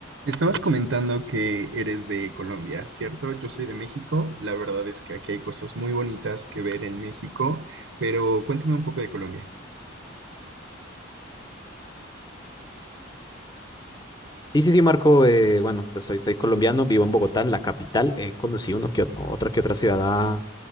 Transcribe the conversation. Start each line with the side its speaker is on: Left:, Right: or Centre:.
Right: Estabas comentando que eres de Colombia, ¿cierto? Yo soy de México. La verdad es que aquí hay cosas muy bonitas que ver en México, pero cuéntame un poco de Colombia.
Left: Sí, sí, sí, Marco. eh, bueno, pues soy, soy colombiano, vivo en Bogotá, en la capital. He conocido uno que, ot- otra que otra ciudad a-